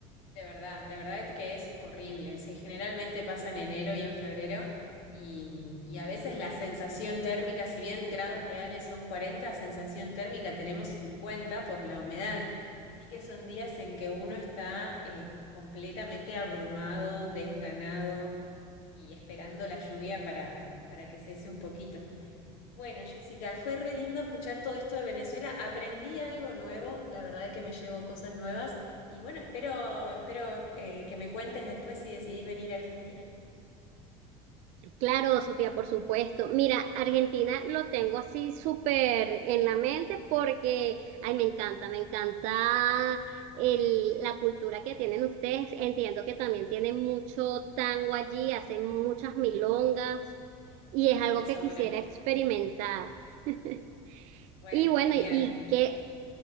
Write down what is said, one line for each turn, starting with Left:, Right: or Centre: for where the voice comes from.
Left: De verdad, de verdad que es horrible. Sí, generalmente pasa en enero y en febrero y, y a veces la sensación térmica, si bien grados reales son cuarenta sensación térmica tenemos 50 por la humedad. Así que son días en que uno está eh, completamente abrumado, desganado y esperando la lluvia para, para que cese un poquito. Bueno, Jessica, fue re lindo escuchar todo esto de Venezuela. Aprendí algo nuevo, la verdad es que me llevo cosas nuevas. Y bueno, espero, espero eh, que me cuentes después si decidís venir a Argentina.
Right: Claro, Sofía, por supuesto. Mira, Argentina lo tengo así súper en la mente porque, ay, me encanta, me encanta el- la cultura que tienen ustedes. Entiendo que también tienen mucho tango allí, hacen muchas milongas y
Left: Y
Right: es algo
Left: de sobra.
Right: que quisiera experimentar. <laughs>
Left: Bueno,
Right: Y bueno,
Left: genial.
Right: y que,